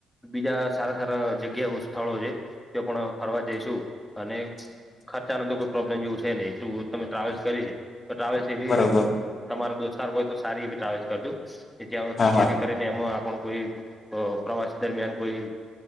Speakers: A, in the centre; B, on the left (about 45°).
A: બીજા સારા સારા જગ્યાઓ સ્થળો છે તે પણ ફરવા જઈશું અને ખર્ચાનો તો કોઈ પ્રોબ્લેમ જેવું છે નહી તું તમે ટ્રાવેલ્સ કરી તો ટ્રાવેલ્સ એવી
B: બરોબર
A: તમારા દોસ્તાર હોય તો સારી એવી ટ્રાવેલ્સ કરજો
B: હા હા
A: જેથી ને એમાં આપણ કોઈ પ્રવાસ દરમિયાન કોઈ